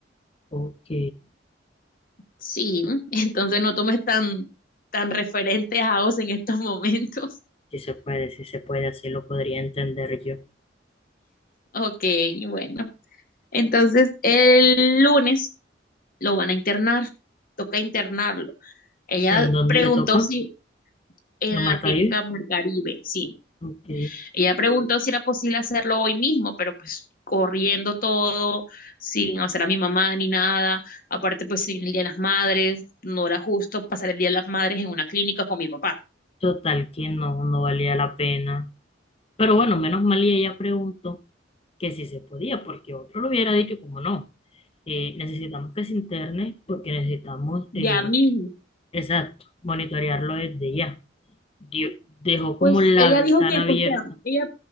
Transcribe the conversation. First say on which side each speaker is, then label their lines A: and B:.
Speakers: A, on the left; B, on the left.
A: Ok.
B: Sí, <laughs> entonces no tomes tan, tan referente a House en estos momentos. <laughs>
A: Si se puede, si se puede, así lo podría entender yo.
B: Ok, bueno. Entonces, el lunes lo van a internar. Toca internarlo. Ella
A: ¿En dónde
B: preguntó
A: le toca?
B: si en
A: ¿La Mar
B: la clínica
A: Caribe?
B: Mar Caribe, sí.
A: Ok.
B: Ella preguntó si era posible hacerlo hoy mismo, pero pues corriendo todo, sin hacer a mi mamá ni nada. Aparte, pues sin el Día de las Madres, no era justo pasar el Día de las Madres en una clínica con mi papá.
A: Total, que no, no valía la pena. Pero bueno, menos mal y ella preguntó que si se podía, porque otro lo hubiera dicho como no. Eh, necesitamos que se interne porque necesitamos,
B: Ya
A: eh,
B: mismo.
A: exacto, monitorearlo desde ya. Dio- dejó como
B: Pues
A: la
B: ella
A: ventana
B: dijo que,
A: abierta.
B: o sea, ella